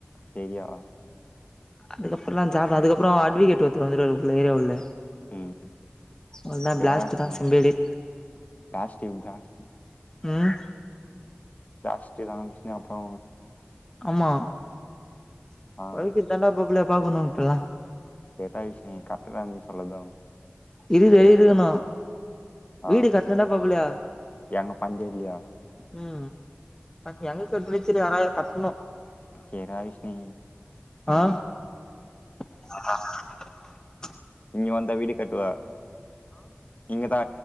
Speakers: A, on the left; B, on the left.
A: செரியா
B: அதுக்கப்பறல்லா ஜாப் அதுக்கப்பற அட்வேகேட் ஒருத்தரு வந்துருவாரு உள்ள ஏரியா உள்ள
A: ம்
B: அவ்ளதா
A: ஜெராக்ஸ்
B: பிளாஸ்ட்டுதா செம்பேடே
A: பிளாஸ்டிக் பிளாஸ்டிக்
B: ம்
A: பிளாஸ்ட்டுதா தா விஷ்ணு அப்றோ
B: ஆமா
A: ஆ
B: பொழைக்கிறதாண்டா மாப்புள பாக்கணு இப்பல்லா
A: செரிடா விஷ்ணு கர்ட்டுதா நீ சொல்லது
B: இது வெளி இருக்கணு வீடு
A: ஆ
B: கட்னதா பாப்பலையா
A: எங்க பஞ்சம் இல்லையா
B: உம் எங்களுக்கு பிடிச்சுரு ஆனா இத கட்டணு
A: சேர் ரா விஷ்ணி
B: ஆ <unintelligible>
A: இங்க வந்தா வீடு கட்டுவ இங்கதா